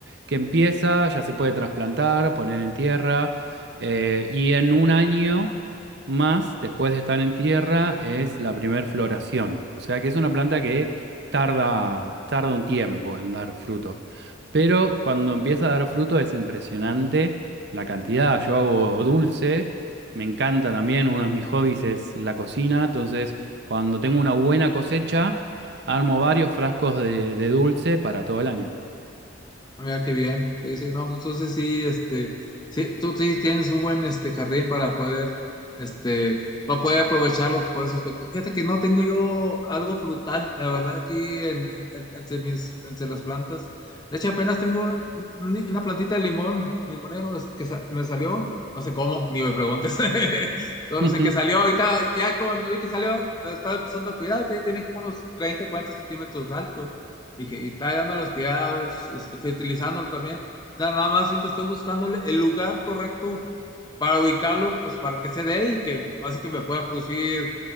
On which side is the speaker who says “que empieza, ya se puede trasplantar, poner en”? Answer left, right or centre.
Right